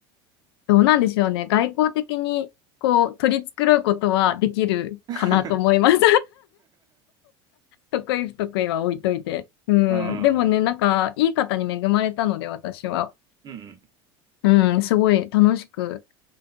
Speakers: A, on the left (about 85°); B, on the right (about 30°).
A: どうなんでしょうね。外交的にこう取り繕うことはできるかなと思います。
B: <laughs>
A: 得意不得意は置いといて。うん。
B: うん。
A: でもね、なんか、いい方に恵まれたので、私は。
B: うんうん。
A: うん、すごい楽しく